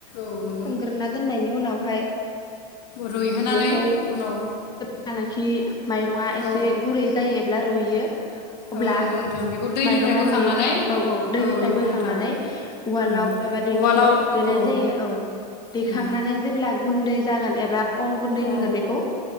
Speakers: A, on the left (about 80°); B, on the left (about 20°).
A: औ न
B: सोमग्रोना दोननायनि उनावहाय
A: रुइहोनानै
B: बेखौ
A: उनाव
B: जेब्लानाखि माइरंआ
A: औ
B: एसे गुरै जायो एब्ला रुयो अब्ला
A: औ नंगौ नोंथां बेखौ दैनिफ्राय
B: माइरंआ
A: बोखांनानै
B: रुइयो औ औ दैनिफ्राय
A: नंगौ
B: बोखांनानै
A: नोंथां
B: उवालाव
A: उम
B: एबा देंखियाव
A: उवालाव
B: देनाय
A: औ
B: जायो औ। देखांनानै
A: उम
B: जेब्ला गुन्दै जागोन एबा अन गुन्दै होनगोन
A: औ
B: बेखौ